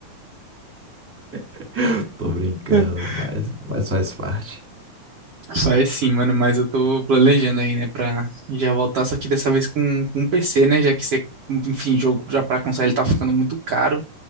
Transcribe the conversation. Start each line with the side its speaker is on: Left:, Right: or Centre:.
Centre: <laughs> Tô brincando,
Right: <laughs>
Centre: mas, mas faz parte.
Right: Faz sim, mano, mas eu tô planejando aí, né, pra já voltar, só que dessa vez com, com um PC, né, já que você, enfim, jogo já pra console tá ficando muito caro,